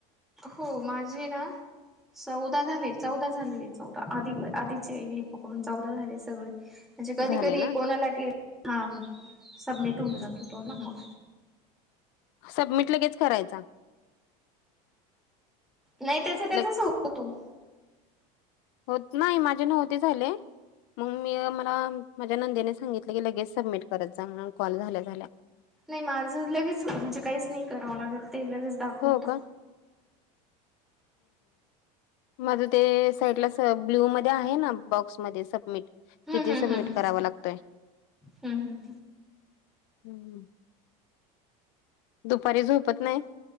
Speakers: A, in the centre; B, on the left (about 55°).
A: हो माझी ना. चौदा झाले चौदा झालेले चौदा आधी आधीचे हे पकडून चौदा झाले सगळे. म्हणजे कधी,
B: झाले
A: कधी
B: ना
A: कोणाला के, हा सबमिट होऊन
B: हम्म.
A: जात तो ना मग
B: सबमिट लगेच करायचा.
A: नाही त्याच त्याचच
B: ल
A: हो तू
B: हो नाही माझे नव्हते झाले. मग मी मला माझ्या नंदीने सांगितलं की लगेज सबमिट करत जा म्हणून कॉल झाल्या झाल्या.
A: नाही माझं लगेच हो म्हणजे काहीच नाही करावं लागत ते लगेच दाखवत.
B: हो का माझं ते साईडला स ब्ल्यूमध्येध्ये आहे ना. बॉक्स म सबमिट
A: हम्म
B: तिथे
A: हम्म
B: सबमिट
A: हम्म
B: करावा लागतोय.
A: हम्म
B: हम्म. दुपारी झोपत नाही.